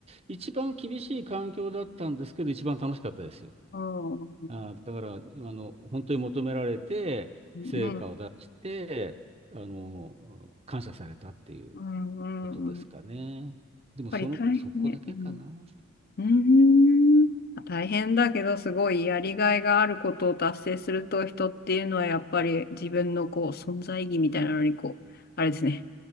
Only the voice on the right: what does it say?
一番厳しい環境だったんですけど、一番楽しかったですよ。
あー、だから、あの、本当に求められて、成果を出して、
あの、感謝されたっていう。
ことですかね。
でもその、
そこだけかな。